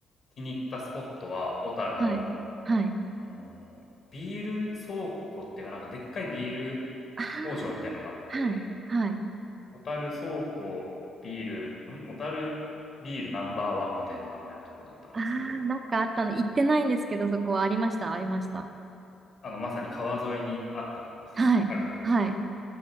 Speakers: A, on the left; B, on the right.
A: 気に入ったスポットは、小樽の、
B: はい。はい。
A: あのービール倉庫っていうか、なんかでっかいビール工場みたいのがあって、
B: ああ、はい、はい。
A: 小樽倉庫ビール、ん小樽ビールナンバーワンみたいな名前のとこだったんですけど、
B: ああ、なんかあったの、行ってないんですけど、そこはありました、ありました。
A: あの、まさに川沿いにあったとこっすね。
B: はい、
A: あるとこっすね。
B: はい。